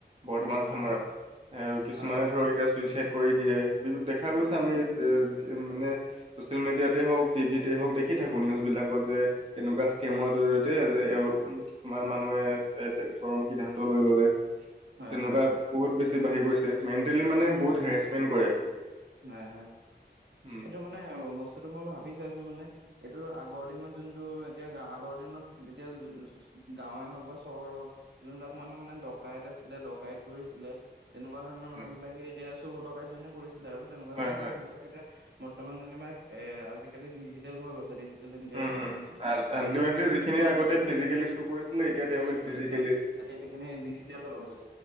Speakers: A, on the right (about 35°); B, on the right (about 70°).
A: বৰ্তমান
B: উম, হয়,
A: সময়ত।
B: হয়,
A: এ কিছুমানে
B: হয়, হয়,
A: ধৰক এতিয়া চুইচাইদ কৰি দিয়ে, বিভি দেখা
B: উম,
A: গৈছে আমি এ মানে - চচিয়েল মিডিয়াতেই হওক টিভিতে হওক দেখি থাকো নিউজ বিলাকত যে - এনেকুৱা স্ক্ৰেমৰ জৰিয়তে যে অ উম - কিছুমান মানুহে এ চৰম সিদ্ধান্ত লৈ ললে।
B: হয়,
A: তেনেকুৱা
B: হয়, হয়,
A: বহুত বেছি বাঢ়ি গৈছে, মেণ্টেলি মানে বহুত হেৰেছমেণ্ট কৰে।
B: হয় হয়,
A: উম
B: এইটো মানে বস্তুটো মই ভাবি চাইছো মানে - এইটো আগৰ দিনত যোনটো এতিয়া গাওঁ আগৰ দিনত এতিয়া যোন - গাঁৱে হওক বা চহৰে হওক, যোনবিলাক মানুহে মানে ডকাইত আছিলে ডকাইত কৰিছিলে - তেনেকুৱা ধৰণৰ মানুহবিলাকে
A: হয়
B: এতিয়া চুৰ ডকাই যোনে কৰিছিলে আৰু তেনেকুৱা
A: হয়
B: ধৰণৰ
A: হয়।
B: মানুহবিলাক এতিয়া - বৰ্তমান যেনিবা এ আজিকালি ডিজিটেল হৈ গৈছে, ডিজি টেল ইণ্ডিয়াৰ
A: উম
B: দিনত
A: উম
B: মানে,
A: আল্টিমেটলি
B: সিহঁতে মানে,
A: যিখিনি আগতে ফিজিকেলি শ্ব' কৰিছিলে এতিয়া
B: ফিজিকেলি
A: তেওঁলোক
B: চুৰ কৰিছিলে।
A: ডিজিকেলি
B: এতিয়া সেইখিনি ডিজিটেল হৈ গৈছে,